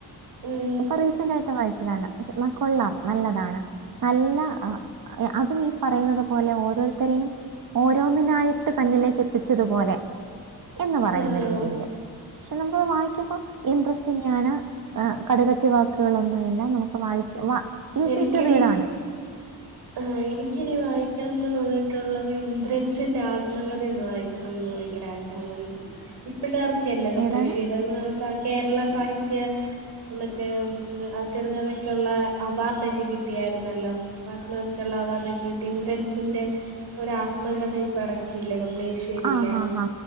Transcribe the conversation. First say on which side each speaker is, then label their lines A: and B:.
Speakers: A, on the right; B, on the right.
A: ഉം
B: കുറേ വട്ടം വായിച്ചതാണ് പഷെ ന്ന കൊള്ളാം നല്ലതാണ് നല്ല അ അതും ഈ പറയുന്നത് പോലെ ഓരോരുത്തരെയും ഓരോന്നിനായിട്ട് തന്നിലേക്കെത്തിച്ചതുപോലെ എന്ന് പറയുന്ന
A: ആഹ്
B: രീതിയില് പക്ഷെ നമ്മളത് വായിക്കുമ്പൊ ഇൻട്രസ്റ്റിംഗാണ് കടുകട്ടി വാക്കുകളൊന്നുവില്ല നമുക്ക് വായിച്ച് വാ ഈസി
A: എനിക്കിനി
B: ടു റീഡാണ്
A: ആഹ് എനിക്കിനി വായിക്കാൻ തോന്നീട്ടുള്ളത് ഇന്ദ്രൻസിന്റെ ആത്മകഥയന്ന് വായി ണംന്ന് വയങ്കരാഗ്രഹണ്ട്. ഇപ്പോഴാർക്കല്ലേ പബ്ലിഷ്
B: ഏതാണ്
A: ചെയ്തത് കേരള സാഹിത്യ മറ്റേ ചെറുകഥയ്ക്കുള്ള അവാർഡൊക്കെ കിട്ടിയാര്ന്നല്ലോ? മാത്മാക്കുള്ളവാർഡൊക്കെ കിട്ടി. ഇന്ദ്രൻ സിന്റെ ഒരാത്മകഥ ഇപ്പ ഇറക്കിയില്ലേ. പബ്ലിഷ് ചെയ്തില്ലേ
B: ആ ഹാ
A: അത്.
B: ഹാ